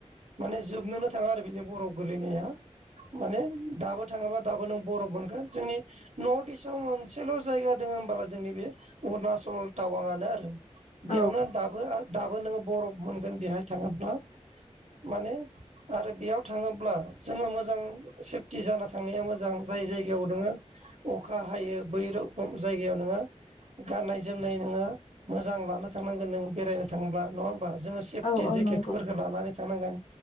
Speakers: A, on the right; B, on the left.
A: माने जोबनोनो थाङा आरो बिनि बरफ गोलैनाया माने दाबो थाङोबा दाबो नों बरफ मोनगोन जोंनि नर्थ इस्टआव मोनसेल' जायगा दङ होनोब्ला जोंनि बे अरुणाचल टाउनआनो आरो।
B: औ
A: बेयावनो दाबो दाबो नोङो बरफ मोनगोन बेहाय थाङोब्ला। माने आरो बेयाव थाङोब्ला जोङो मोजां सेफ थि जाना थांनाया मोजां जाय जायगायाव नोङो अखा हायो बै रोखम जायगायाव नोङो गाननाय जोमनाय नोङो मोजां लाना थांनांगोन नों बेरायनो थांब्ला नङा होमबा? जोङो सेफटि
B: औ औ
A: जेकेटफोरखौ
B: नंगौ
A: लानानै थांनांगोन